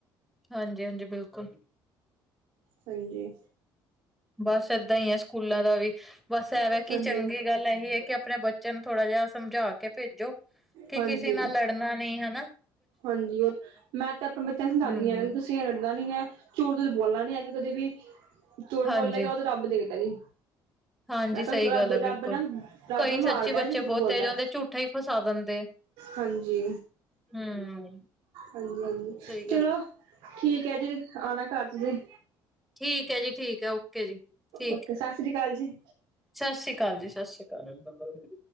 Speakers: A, in the centre; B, on the right.
A: ਹਾਂਜੀ-ਹਾਂਜੀ, ਬਿਲਕੁਲ।
B: ਸਈ ਏ।
A: ਬਸ ਏਦਾਂ ਈ ਐ ਸਕੂਲਾਂ ਦਾ ਵੀ ਬਸ ਐਵੇਂ ਕੀ
B: ਹਾਂਜੀ
A: ਚੰਗੀ ਗੱਲ ਇਹੀ ਹੈ ਕਿ ਅਪਣੇ ਬੱਚੇ ਨੂੰ ਥੋੜਾ ਜਾ ਸਮਝਾ ਕੇ ਪੇਜੋ ਕਿ
B: ਹਾਂਜੀ
A: ਕਿਸੇ ਨਾਲ ਲੜ ਨਾ ਨਈ ਹੈਨਾ।
B: ਹਾਂਜੀ, ਓ ਮੈਂ ਤੇ ਅਪਣੇ ਬੱਚਿਆਂ ਨੂੰ ਸਮਝਾਨੀ
A: ਹੂੰ,
B: ਆ ਤੁਸੀਂ ਲੜਨਾ ਨੀ ਐ, ਝੂਟ ਤੁਸੀ ਬੋਲਣਾ ਨੀ ਐਗਾ ਕਦੇ ਵੀ ਝੁਠ
A: ਹਾਂਜੀ,
B: ਬੋਲੇਗਾ ਉੱਦੇ ਰੱਬ ਦੇਖਦਾ ਜੀ।
A: ਹਾਂਜੀ
B: ਮੈਂ ਕਿਹਾ
A: ਸਹੀ ਗੱਲ
B: ਰੱਬ
A: ਐ
B: ਰੱਬ
A: ਬਿਲਕੁਲ।
B: ਨਾ ਰੱਬ
A: ਕਈ ਸੱਚੀ
B: ਮਾਰਦਾ
A: ਬੱਚੇ
B: ਜਰੂਰ
A: ਬਹੁਤ
B: ਬੋਲਦਾ
A: ਤੇਜ਼ ਹੁੰਦੇ ਝੂਠਾ ਹੀ ਫਸਾ ਦਿੰਦੇ ਆ,
B: ਹਾਂਜੀ
A: ਹੂੰ।
B: ਹਾਂਜੀ-ਹਾਂਜੀ
A: ਸਹੀ
B: ਚਲੋ
A: ਗੱਲ,
B: ਠੀਕ ਹੈ। ਜੀ ਆਉਣਾ ਘਰ ਤੁਸੀਂ
A: ਠੀਕ ਹੈ ਜੀ ਠੀਕ ਹੈ ਓਕੇ ਜੀ ਠੀਕ
B: ਓਕੇ ਸਤਿ ਸ੍ਰੀ ਅਕਾਲ ਜੀ
A: ਸਤਿ ਸ੍ਰੀ ਅਕਾਲ ਜੀ ਸਤਿ ਸ਼੍ਰੀ ਅਕਾਲ